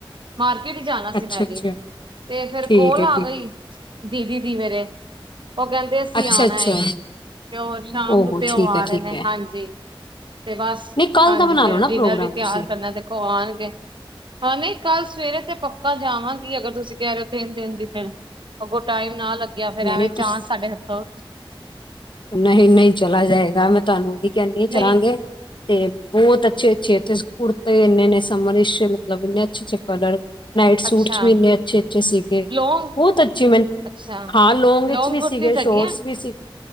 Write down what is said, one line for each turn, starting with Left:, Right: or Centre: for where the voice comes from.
Right: ਮਾਰਕੀਟ ਜਾਣਾ ਸੀ
Left: ਅੱਛਾ
Right: ਮੈਂ
Left: ਅੱਛਾ
Right: ਵੀ ਤੇ ਫੇਰ
Left: ਠੀਕ
Right: ਕੋਲ
Left: ਹੈ
Right: ਆ
Left: ਠੀਕ
Right: ਗਈ ਦੀ ਦੀ ਦੀ ਮੇਰੇ ਉਹ ਕਹਿੰਦੇ ਫੇਰ ਅਸੀਂ
Left: ਅੱਛਾ
Right: ਆਣਾ
Left: ਅੱਛਾ
Right: ਐ, ਤਿਓ ਸ਼ਾਮ
Left: ਓਹੋ
Right: ਨੂੰ ਪਿਓ
Left: ਠੀਕ
Right: ਆ
Left: ਹੈ,
Right: ਰਹੇ
Left: ਠੀਕ
Right: ਨੇ
Left: ਹੈ।
Right: ਹਾਂਜੀ। ਤੇ ਬਸ
Left: ਨਹੀਂ ਕੱਲ
Right: ਹਾਂਜੀ,
Left: ਦਾ ਬਣਾ
Right: ਫਿਰ
Left: ਲਓ ਨਾ
Right: ਡਿਨਰ
Left: ਪ੍ਰੋਗਰਾਮ
Right: ਵੀ ਤਿਆਰ
Left: ਤੁਸੀਂ
Right: ਕਰਨਾ ਦੇਖੋ ਆਣਗੇ। ਹਾਂ ਨਹੀਂ ਕੱਲ੍ਹ ਸਵੇਰੇ ਤੇ ਪੱਕਾ ਜਾਵਾਂਗੀ, ਅਗਰ ਤੁਸੀਂ ਕਹਿ ਰਹੇ ਹੋ ਦੇਣ-ਦੇਣ ਦੀ ਫਿਰ ਅਗੋਂ ਟਾਈਮ ਨਾ ਲੱਗਿਆ, ਫੇਰ
Left: ਨਹੀਂ-ਨਹੀਂ
Right: ਐਵੇਂ
Left: ਤੁਸ
Right: ਚਾਂ ਸਾਡੇ ਹੱਥੋਂ।
Left: ਨਹੀਂ-ਨਹੀਂ, ਚਲਾ ਜਾਏਗਾ, ਮੈਂ ਤੁਹਾਨੂੰ ਵੀ ਕਹਿੰਦੀ
Right: ਨਹੀਂ
Left: ਚੱਲਾਂਗੇ। ਤੇ ਬਹੁਤ ਅੱਛੇ-ਅੱਛੇ ਇੱਥੇ, ਕੁੜਤੇ ਇੰਨੇ-ਇੰਨੇ ਸਮਰਿਸ਼ ਮਤਲਬ ਇੰਨੇ ਅੱਛੇ-ਅੱਛੇ ਕਲਰ, ਨਾਈਟ ਸੂਟਸ
Right: ਅੱਛਾ
Left: ਵੀ ਇੰਨੇ ਅੱਛੇ-ਅੱਛੇ ਸੀਗੇ
Right: ਲੌਂਗ
Left: ਬਹੁਤ ਅੱਛੀ ਮੈ,
Right: ਅੱਛਾ
Left: ਹਾਂ ਲੋਂਗ
Right: ਲੌਂਗ
Left: ਵਿੱਚ ਵੀ
Right: ਕੁੁਰਤੀ
Left: ਸੀਗੇ,
Right: ਚ
Left: ਸ਼ੋਰਟਸ
Right: ਹੈਗੀ ਹੈ
Left: ਵੀ ਸੀ।